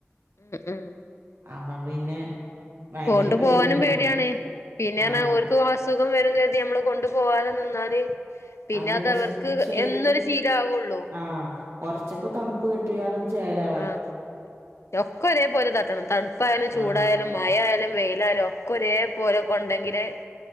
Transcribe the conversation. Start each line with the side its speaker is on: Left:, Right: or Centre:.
Left: ഉം ഉം
Right: അപ്പ പിന്നെ. ഭയങ്കര
Left: കൊണ്ടു
Right: പേടിയേനു
Left: പോവാനും പേടിയാണ് പിന്നെ എന്നുപറഞ്ഞാൽ
Right: ആഹ്
Left: സുഖം വരും കരുതി നമ്മള് കൊണ്ടു പോവാതെ നിന്നാല്- പിന്നെ
Right: അതന്നെ
Left: അതവർക്ക്
Right: ശ ശെ
Left: എന്നൊരു ശീല ആവുള്ളൂ.
Right: ആഹ് കൊറച്ചൊക്കെ തണു പ്പ് കിട്ടുകയാണെന്ന് ചെയ്യല-
Left: ആഹ് രൊക്കെ ഒരേപോലെ തട്ടണം തണുപ്പായാലും ചൂടായാലും.
Right: ആഹ്
Left: മഴയാലും വെയിലായാലും ഒക്കെ ഒരേ പോലെ കൊണ്ടെങ്കില്